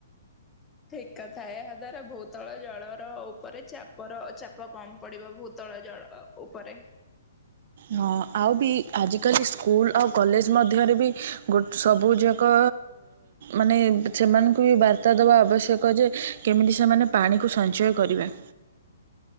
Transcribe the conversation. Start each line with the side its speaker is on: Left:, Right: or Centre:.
Left: ଠିକକଥା ଏହା ଦ୍ଵାରା ଭୂତଳ ଜଳର ଉପରେ ଚାପର ଚାପ କମ ପଡିବ ଭୂତଳ ଜଳ ଉପରେ
Right: ହଁ ଆଉ ବି ଆଜିକାଲି ସ୍କୁଲ ଆଉ କଲେଜ ମଧ୍ୟ ମଧ୍ୟରେ ବି ଗୋ ସବୁଯାକ ମାନେ ସେମାନଙ୍କୁ ବି ବାର୍ତ୍ତା ଦେବା ଆବଶ୍ୟକ କ ଯେ କେମିତି ସେମାନେ ପାଣିକୁ ସଞ୍ଚୟ କରିବେ